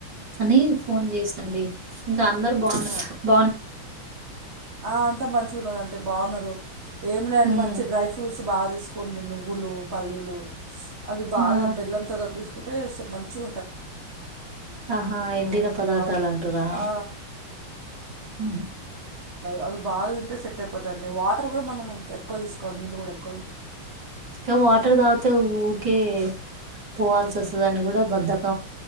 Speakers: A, on the right (about 55°); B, on the right (about 30°).
A: అని ఫోన్ చేసి అండి ఇంకా అందరు. బా బాగున్నారండి
B: మరి
A: పిల్లలు
B: ఆ అంతా మంచిగున్నారు అంటే బాగున్నారు ఏం లేండి
A: ఉమ్
B: మంచి డ్రై ఫ్రూట్స్. బాగా తీసుకోండి నువ్వులు పల్లీలు. అవి బాగా
A: ఆ
B: బెల్లం కలిపి తీసుకుంటే మంచిగా ఉంటుందిండి మనకి
A: ఆహా
B: ఆ
A: ఎండిన పదార్థాలంటురా
B: బాడీ ఆ
A: ఊహూ
B: అవి బాగా తింటే సెట్ అయిపోతాయిండి వాటర్ కూడా మనం ఎక్కువ తీసుకోవాలి నీళ్ళు కూడా ఎక్కువ తీసుకుంటే బాగుంటది
A: ఇక వాటర్ తావాతే ఊరికే పోవాల్సి వస్తుంది అని కూడా బద్దకం అండి చాలా